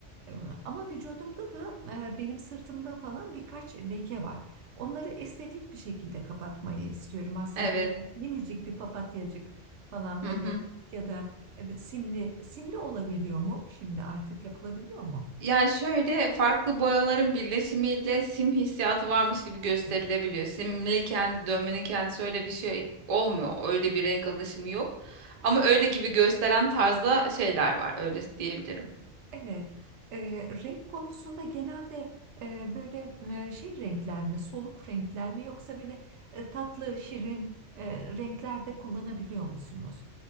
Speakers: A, on the right; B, on the right.
A: E, Ama vücudumda da e, benim sırtımda falan birkaç leke var. Onları estetik bir şekilde kapatmayı istiyorum aslında
B: Evet.
A: minicik bir papatyacık falan böyle
B: Hı hı.
A: ya da e, simli simli olabiliyor mu? Şimdi artık yapılabiliyor mu?
B: Yani şöyle farklı boyaların birleşimiyle sim hissiyatı varmış gibi gösterilebiliyor.
A: Evet.
B: Simli kendi dövmenin kendisi öyle bir şey olmuyor. Öyle
A: Evet.
B: bir renk alışımı yok.
A: Hı
B: Ama
A: hı.
B: öyle gibi gösteren tarzda şeyler var. Öyle diyebilirim.
A: Evet. Ee, renk konusunda genelde e, böyle e, şey renkler mi, soluk renkler mi yoksa böyle e, tatlı, şirin e, renkler kullanabiliyor musunuz?